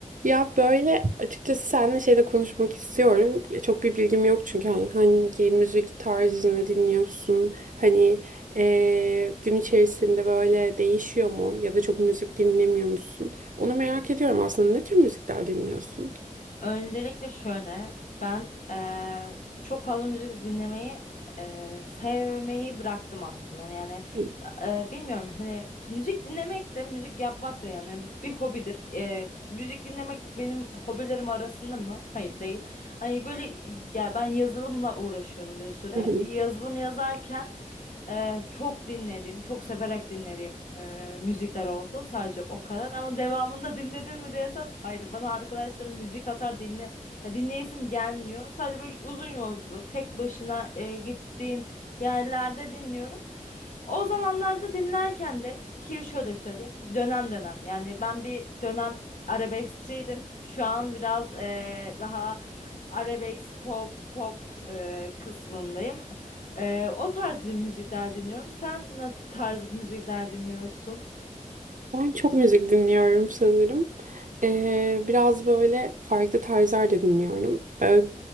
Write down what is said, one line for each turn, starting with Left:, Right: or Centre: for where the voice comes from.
Right: Ya böyle açıkçası seninle şeyde konuşmak istiyorum. Çok bir bilgim yok çünkü hani hangi müzik tarzını dinliyorsun? Hani eee, gün içerisinde böyle değişiyor mu? Ya da çok müzik dinlemiyor musun? Onu merak ediyorum aslında. Ne tür müzikler dinliyorsun?
Left: Öncelikle şöyle, ben eee, çok fazla müzik dinlemeyi eee, sevmeyi bıraktım aslında. Yani
Right: Hı.
Left: eee, bilmiyorum hani müzik dinlemek de müzik yapmak da yani bir hobidir. Eee, müzik dinlemek de benim hobilerim arasında mı? Hayır değil. Hani böyle ya ben yazılımla uğraşıyordum bir süre.
Right: <laughs>
Left: Yazılım yazarken. Eee, çok dinledim, çok severek dinlediğim eee, müzikler oldu. Sadece o kadar. Ama devamında dinledin mi diye sor. Hayır, bana arkadaşlarım müzik atar dinle. Ya dinleyesim gelmiyor. Sadece böyle uzun yolculuk, tek başına eee, gittiğin yerlerde dinliyorum. O zamanlarda dinlerken de ki şöyle söyleyeyim, dönem dönem. Yani ben bir dönem arabeskçiydim. Şu an biraz eee, daha arabesk pop pop eee, kısmındayım. Ee, o tarz din- müzikler dinliyorum. Sen ne tarz müzikler dinliyorsun?
Right: Ben çok müzik dinliyorum sanırım. Ee, biraz böyle farklı tarzlar da dinliyorum. Böyle,